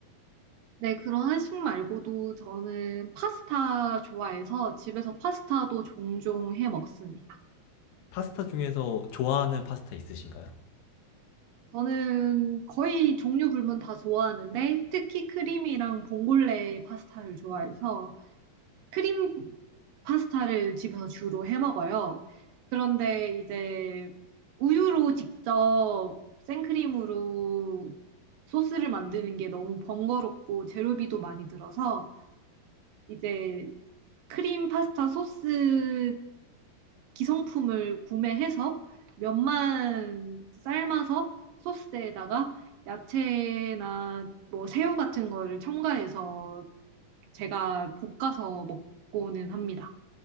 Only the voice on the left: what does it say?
파스타 중에서 좋아하는 파스타 있으신가요?